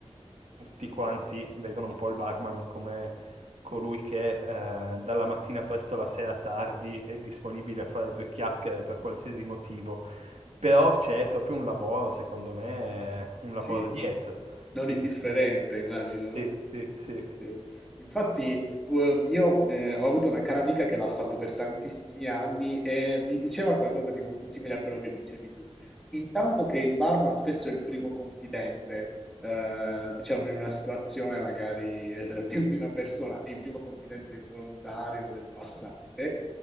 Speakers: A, on the right; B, in the centre.
A: tutti quanti vedono un po' il barman come colui che eh, dalla mattina presto alla sera tardi è disponibile a fare due chiacchiere per qualsiasi motivo, però c'è proprio un lavoro, secondo me, un
B: Sì.
A: lavoro dietro
B: Non
A: che
B: indifferente
A: ti fa capire.
B: immagino, no?
A: Sì, sì, sì.
B: Sì. Infatti, eh, io eh, ho avuto una cara amica che l'ha fatto per tantissimi anni e mi diceva qualcosa di molto simile a quello che dicevi tu. Intanto che il barman spesso è il primo confidente, eh, diciamo in una situazione magari eh, di di una persona, il primo confidente involontario del passante.